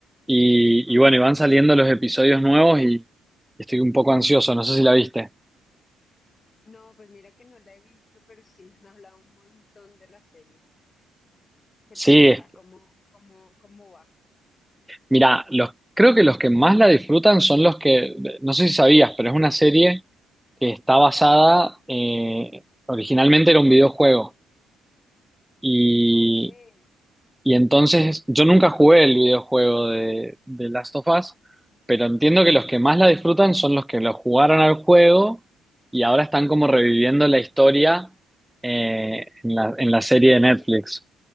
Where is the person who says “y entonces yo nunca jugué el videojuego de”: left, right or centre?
Centre